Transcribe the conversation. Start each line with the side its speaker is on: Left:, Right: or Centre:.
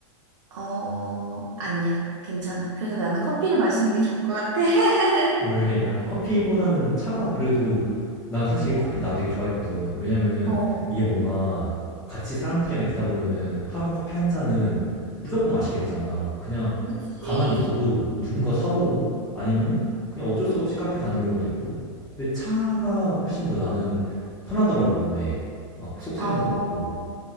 Right: 어, 아니야. 괜찮아. 그래도 나는 커피를 마시는 게 좋을 것 같아. <laughs>
Centre: 왜? 야, 커피보다는 차가 그래도 난 사실 커피 나 되게 좋아했거든. 왜냐면은
Right: 어,
Centre: 이게 뭔가 같이 사람들이랑 있다 보면은 하루 커피 한 잔은 무조건 마시게 되잖아. 그냥
Right: 그치.
Centre: 가만히 있어도 누군가 사오고 아니면은 그냥 어쩔 수 없이 카페 가는 경우도 있고. 근데 차가 훨씬 더 나는 편하더라고, 몸에. 막 속 쓰린
Right: 어,
Centre: 것도 없고.